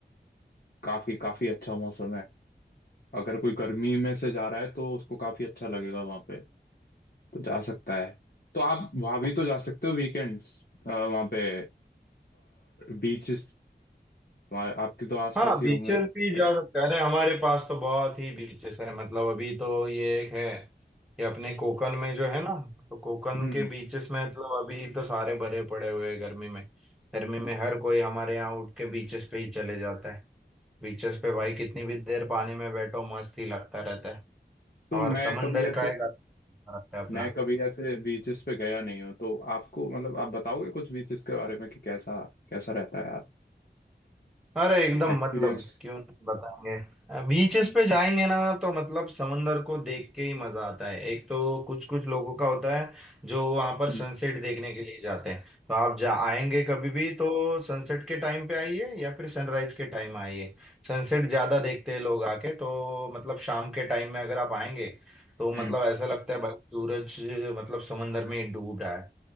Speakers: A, on the left; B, in the centre.
A: काफी काफी अच्छा मौसम है अगर कोई गर्मी में से जा रहा है तो उसको काफी अच्छा लगेगा वहां पे तो जा सकता है तो आप वहां भी तो जा सकते हो वीकेंड्स वहां पे बीचेस आपके तो आसपास
B: हाँ
A: ही
B: बीचेस
A: होंगे
B: भी
A: अगर-
B: जा सकते हैं अरे हमारे पास तो बहुत ही बीचेस है मतलब अभी तो ये एक है ये अपने कोकन में जो है ना तो कोकन
A: हम्म
B: के बीचेस में मतलब अभी तो सारे भरे पड़े हुए हैं गर्मी में गर्मी में हर कोई हमारे यहाँ उठ के बीचेस पे ही चले जाता है बीचेस पे भाई कितनी भी देर पानी में बैठो मस्त ही लगता रहता है
A: तो
B: और
A: मैं
B: समंदर
A: कभी ऐसे
B: का एक अलग मजा आता है अपना
A: मैं कभी ऐसे बीचेस पे गया नहीं हूँ तो आपको मतलब आप बताओगे कुछ बीचेस के बारे में कि कैसा कैसा रहता है यार
B: अरे एकदम
A: एक्सपीरियंस
B: मतलब क्यों नहीं बताएंगे बीचेस पे जाएंगे ना तो मतलब समंदर को देख के ही मजा आता है एक तो कुछ कुछ लोगों का होता है जो वहां पर
A: हम्म
B: सनसेट देखने के लिए जाते हैं तो आप जा आएंगे कभी भी तो सनसेट के टाइम पे आइए या फिर सनराइज के टाइम आइए सनसेट ज्यादा देखते हैं लोग आके तो मतलब शाम के टाइम में अगर आप आएंगे तो मतलब
A: हम्म,
B: ऐसा लगता है भाई सूरज मतलब समंदर में ही डूब रहा है